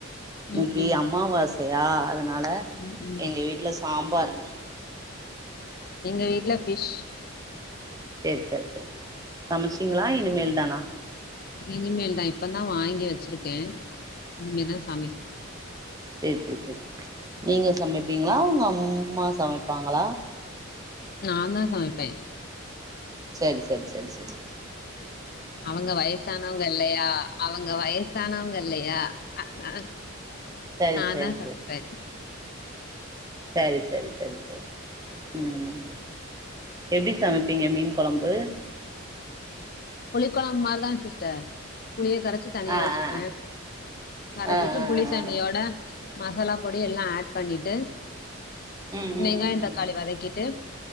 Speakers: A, on the right; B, on the left.
A: இன்னிக்கி
B: ம், ம்.
A: அம்மாவாசையா அதுனால
B: ம், ம்.
A: எங்க வீட்ல சாம்பார்
B: எங்க வீட்ல ஃபிஷ்
A: செர் செர் செர் செர் சமைச்சிட்டீங்ளா இனிமேல் தானா
B: இனிமேல் தா இப்ப தா வாங்கி வெச்சுருக்கே இனிமே தா சமைக்கனோ
A: செர் செர் செர் நீங்க சமைப்பீங்களா உங்க அம்மா சமைப்பாங்களா
B: நா தா சமைப்பே
A: செர் செர் செர் செர்
B: அவங்க வயசானவங்கல்லயா அவங்க வயசானவங்கல்லயா ஆ நா
A: சேரி
B: நானா
A: சேரி
B: சமைப்பே
A: சரி சரி சரி சரி ம் எப்டி சமைப்பீங்க மீன் கொழம்பு
B: புளி கொழம்பு மாரி தா சிஸ்டர் புளிய கரைச்சு தனியா
A: ஆ
B: வச்சுப்ப
A: ஆ
B: கரைச்சு
A: ஆ
B: வச்சு
A: ஆ
B: புளி
A: ஆ
B: தன்
A: ஆ
B: ணியோட மசால பொடி எல்லா ஆட் பண்ணிட்டு
A: ம்
B: வெங்காய
A: ம் ம்
B: தக்
A: ம்
B: தக்காளி வதக்கிட்டு